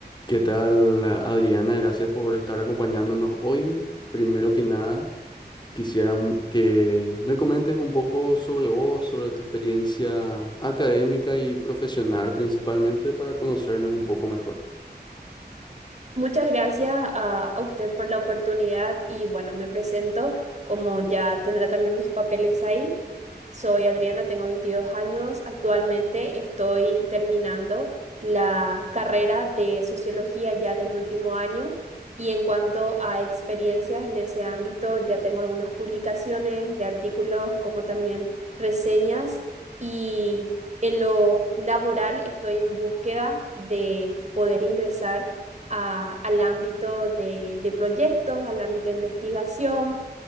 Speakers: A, on the left; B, on the right.
A: ¿Qué tal, Adriana? Gracias por estar acompañándonos hoy. Primero que nada, quisiera m- que me comentes un poco sobre vos, sobre tu experiencia académica y profesional principalmente para conocernos un poco mejor.
B: Muchas gracias a, a usted por la oportunidad y bueno, me presento como ya tendrá también mis papeles ahí. Soy Adriana, tengo 22 años. Actualmente estoy terminando la carrera de sociología ya en el último año y en cuanto a experiencias en ese ámbito, ya tengo algunas publicaciones de artículos como también reseñas y en lo laboral estoy en búsqueda de poder ingresar a- al ámbito de de proyectos, al ámbito de investigación